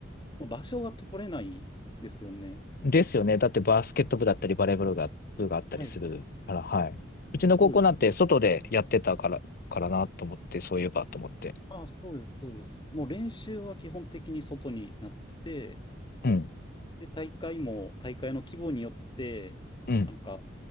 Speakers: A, on the left; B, on the left.
A: の場所が取れないですよね。
B: ですよね。だってバスケット部だったりバレーボールが、部があったりするから、
A: はい。
B: はい。うちの高校なんて外でやってたから、
A: そうです。
B: からなと思って、そういえばと思って。
A: あ、そうです、そうです。もう練習は基本的に外になって、
B: うん。
A: で、大会も、大会の規模によって、
B: うん。
A: なんか、